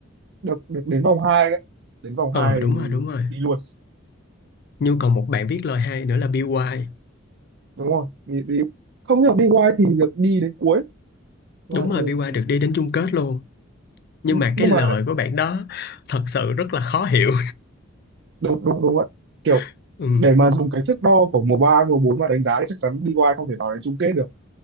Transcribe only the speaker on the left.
ờ
đúng
rồi đúng rồi
nhưng còn một bạn viết lời hay nữa là BY
đúng rồi
BY
được đi đến chung kết luôn nhưng
mà
cái lời
của bạn đó thật sự rất là khó hiểu
<laughs> ừ